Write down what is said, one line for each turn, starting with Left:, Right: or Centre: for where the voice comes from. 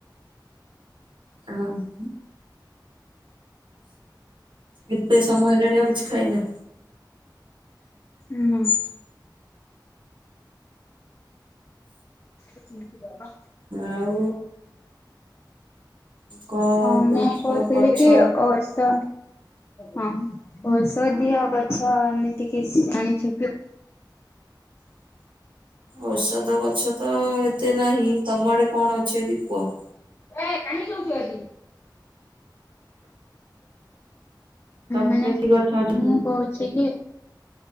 Right: ଅ ହଁ ଉଁ। ଏତେ ସମୟ ହେଲାଣି ଆଉ କିଛି ଖାଇନା।
Left: ନା। ଏଟା ଠିକ ବାବା।
Right: ଆଉ। କଣ
Left: ହଁ
Right: କହୁଛ
Left: ମୁଁ କହୁଥିଲି
Right: ଗଛ
Left: କି ଅ ତ। ହଁ ଔଷଧିୟ ଗଛ ଏମିତିି କିଛି ଜାଣିଛ କି?
Right: ଔଷଧ ଗଛ ତ ଏତେ ନାହିଁ। ତମ ଆଡେ କଣ ଅଛି ଯଦି କୁହ?
Left: <unintelligible> ଉଁ
Right: ତମ
Left: ମାନେ
Right: ଆଡେ କି ଗଛ ଅଛି
Left: ମୁଁ
Right: ସବୁ
Left: କହୁଛି କି।